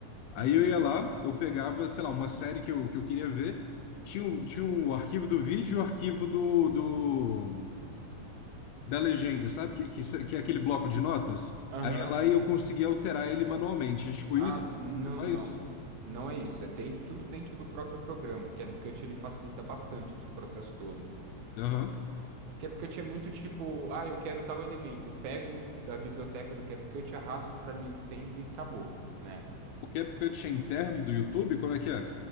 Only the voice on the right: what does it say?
uhum,
aham,
ah,
não,
não, não é isso. É dentro, tudo dentro do próprio programa. O CapCut ele facilita bastante esse processo todo.
CapCut é muito tipo, ah, eu quero tal elemento, eu pego da biblioteca do CapCut, arrasto para a linha do tempo e acabou. né?